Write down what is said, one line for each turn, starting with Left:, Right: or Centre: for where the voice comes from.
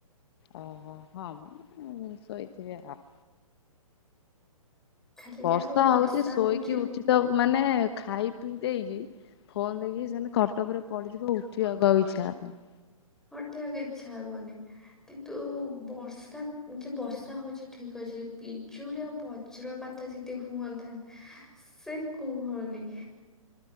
Left: ଓହୋ ହଁ ମ ଶୋଇଥିବେ ଆଉ।
Centre: ଖାଲି
Left: ବର୍ଷା
Centre: ଯାହା ହଉ
Left: ହଉଛି ଶୋଇକି
Centre: ହଉଛି
Left: ଉଠି ଦବୁ ମାନେ ଖାଇ ପିଇ ଦେଇକି। ଫୋନ ଦେଇକି ସେମିତି ଖଟ ଉପରେ ପଡିଥିବୁ ଉଠିବାକୁ ଆଉ ଇଚ୍ଛା ହବନି।
Centre: ଉଠିବାକୁ ଇଚ୍ଛା ହବନି। କିନ୍ତୁ ବର୍ଷା ଯେ ବର୍ଷା ହଉଛି ଠକ୍ ଅଛି। ବିଜୁଳି ଆଉ ବଜ୍ରପାତ ହୁଅନ୍ତା ସେ କୁହନି।